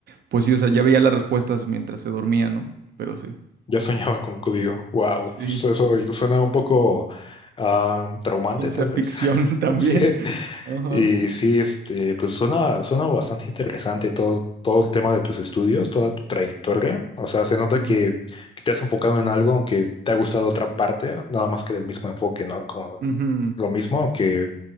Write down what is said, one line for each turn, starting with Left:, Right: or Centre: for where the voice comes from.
Right: Pues sí, o sea, ya veía las respuestas mientras se dormía, ¿no? Pero sí.
Left: Ya soñaba con código. Wow,
Right: Sí,
Left: eso suena un poco ah, traumante,
Right: ciencia
Left: tal
Right: ficción
Left: vez. <laughs>
Right: <laughs> también.
Left: Sí.
Right: Ajá.
Left: Y sí, este, pues suena, suena bastante interesante todo, todo el tema de tus estudios, toda tu trayectoria. O sea, se nota
Right: Ujú,
Left: que, que te has enfocado en algo, aunque te ha gustado otra parte, nada más que del mismo enfoque, ¿no? Como
Right: ujú,
Left: lo mismo, aunque